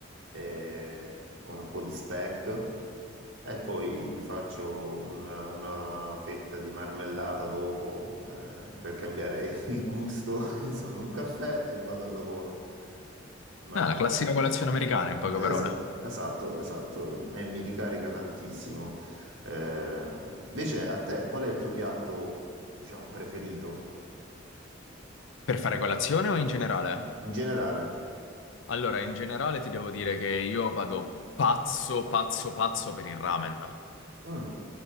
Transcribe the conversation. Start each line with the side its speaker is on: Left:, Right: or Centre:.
Right: eh, con un po' di speck e poi mi faccio una, una fetta di marmellata dopo eh, per cambiare <laughs> il gusto, insomma, un caffè e vado al lavoro. Ma
Left: No, la classica colazione americana, in poche
Right: esa-
Left: parole.
Right: esatto, esatto, e mi ricarica tantissimo. Eh, invece a te, qual è il tuo piatto, diciamo, preferito
Left: Per fare colazione o in generale?
Right: in generale?
Left: Allora, in generale ti devo dire che io vado pazzo, pazzo, pazzo per il ramen.
Right: Mm,